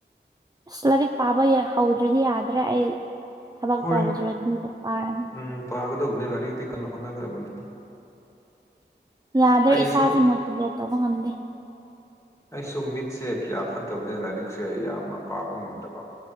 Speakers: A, on the right (about 20°); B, on the left (about 15°).
A: ꯑꯁ ꯂꯥꯏꯔꯤꯛ ꯄꯥꯕ ꯍꯧꯗ꯭ꯔꯗꯤ ꯌꯥꯗ꯭ꯔꯦ ꯑꯩ ꯊꯕꯛ
B: ꯍꯣꯏ
A: ꯇꯧꯗ꯭ꯔꯗꯤꯗ ꯄꯥꯔꯅꯤ
B: ꯎꯝ ꯄꯥꯒꯗꯕꯅꯦ ꯂꯥꯏꯔꯤꯛꯇꯤ ꯀꯟꯅ ꯍꯣꯠꯅꯒꯗꯕꯅꯦ
A: ꯌꯥꯗ꯭ꯔꯦ
B: ꯑꯩꯁꯨ
A: ꯏꯁꯥꯁꯦ ꯃꯣꯇꯤꯚꯦꯠ ꯇꯧꯕ ꯉꯝꯗꯦ
B: ꯑꯩꯁꯨ ꯃꯤꯠꯁꯦ ꯀꯌꯥ ꯐꯠꯇꯕꯅꯦꯅ ꯂꯥꯏꯔꯤꯛꯁꯦ ꯌꯥꯝꯃ ꯄꯥꯕ ꯉꯝꯗꯕ